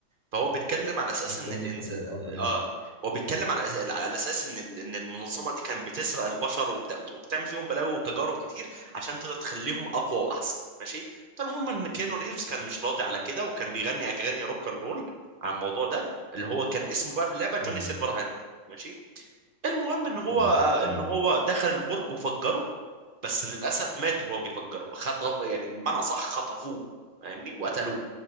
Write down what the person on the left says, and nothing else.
مستني
نص آلي اه تمام
تمام
تمام تمام